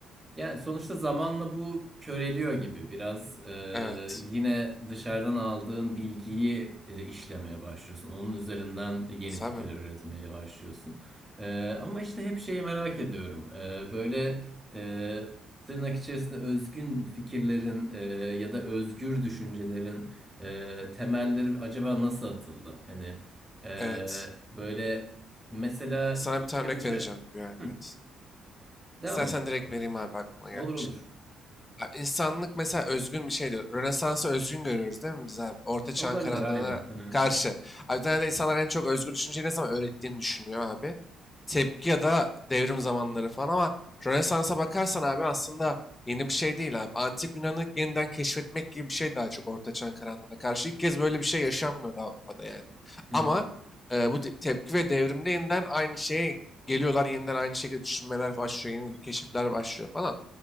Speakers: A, on the right; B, on the left.
A: Yani sonuçta zamanla bu köreliyor gibi biraz Ee,
B: evet.
A: yine dışarıdan aldığın bilgiyi e, işlemeye başlıyorsun. Onun üzerinden yeni
B: Sabi,
A: fikirler üretmeye başlıyorsun. Ee, ama işte hep şeyi merak ediyorum. Ee, böyle e, tırnak içerisinde özgün fikirlerin e, ya da özgür düşüncelerin e, temelleri acaba nasıl atıldı? Hani e,
B: evet.
A: böyle mesela
B: Sana
A: ilk
B: bir tane örnek
A: önce
B: vereceğim. Yani,
A: Hı,
B: evet.
A: devam
B: İstersen
A: et bakalım.
B: direkt vereyim abi aklıma gelmişken.
A: Olur olur.
B: Abi insanlık mesela özgün bir şey diyor. Rönesans'ı özgün görüyoruz değil mi biz abi? Orta çağın
A: Olabilir
B: karanlığına
A: aynen. Hı hı.
B: karşı. Abi bir tane de insanlar en çok özgür düşünceyi ne zaman öğrettiğini düşünüyor abi. Tepki ya da devrim zamanları falan ama Rönesans'a bakarsan abi aslında yeni bir şey değil abi. Antik Yunan'ı yeniden keşfetmek gibi bir şey daha çok Orta Çağın karanlığına karşı. İlk kez böyle bir şey yaşanmıyordu Avrupa'da yani.
A: Hı
B: Ama
A: hı.
B: e, bu te- tepki ve devrimde yeniden aynı şeye geliyorlar. Yeniden aynı şekilde düşünmeler başlıyor. Yeni keşifler başlıyor falan.